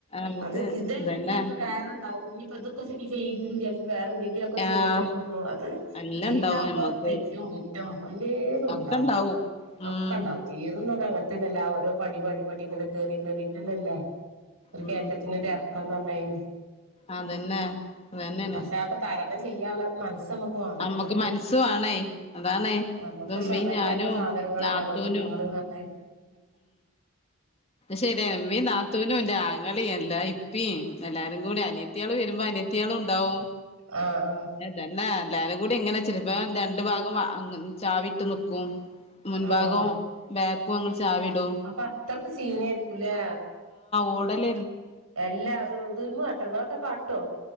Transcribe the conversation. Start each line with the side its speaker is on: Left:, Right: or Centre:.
Left: നമുക്ക്
Right: അത് ഇതല്ലെങ്കിൽ
Left: ഇതന്നെ
Right: ഇനിപ്പോ വേറെണ്ടാവും അക്ക ശ ഇഈദുണ്ട്ി സ വര എന്തെങ്കിലൊക്കെ സുഖ
Left: ആഹ്
Right: കുറവ അത്
Left: എല്ലാം
Right: ജീവിതം
Left: ഇണ്ടാവും
Right: ആവുമ്പോ
Left: നമ്മക്ക്
Right: തെറ്റവും വല്ലേതും
Left: ഒക്കെ
Right: ഉണ്ടാവും
Left: ഇണ്ടാവും ഉം
Right: ഒക്കെ ഉണ്ടാവും അ അങ്ങനത്തെന്നെല്ല ഓരോ പടി പടി പടി ഇങ്ങ കേറി കേറിീട്ടന്നല്ല ഒരു
Left: ഉം
Right: കയറ്റത്തി
Left: അതന്നെ അതന്നെയാണ്
Right: പക്ഷെക്കെ തരണം ചെയ്യാനുള്ള മനസ് നമുക്ക് വേങ്ങണം
Left: നമ്മക്ക്
Right: അത്ര
Left: മനസ്സ് വേണേ അതാണേ
Right: നമ്മുക്ക്
Left: ഇപ്പ ഉമ്മീം
Right: ക്ഷമ ഇല്ലാത്ത
Left: ഞാനും
Right: സാധനങ്ങളല്ല
Left: നാത്തൂനും
Right: നമ്മള് കുഞ്ഞുങ്ങള് പറഞ്ഞ
Left: ശെരി എമ്മീ നാത്തൂനും്റെ ആങ്ങളിയ അല്ല എല്ലാരും കൂടി അനിയത്തിയാൾ വരുമ്പോ അനിയത്തിയാള ഉണ്ടാവും
Right: ആഹ് ആഹ്
Left: അെ തന്നെ എല്ലും കൂടി ഇങ്ങനെ ചെരിപ്പ രണ്ടു ഭാഗം ചാവിട്ട് നക്കും മുൻഭാഗവും
Right: ആഹ്
Left: ബാക്കുംങ്ങൾ ചാവിടോ
Right: അപ്പൊ അത്രക്ക് സീനായിരിക്കൂലേ
Left: ഓടല
Right: എല്ലാ ദൽമ കാട്ട നിങ്ങളൊക്കെ കാട്ടോ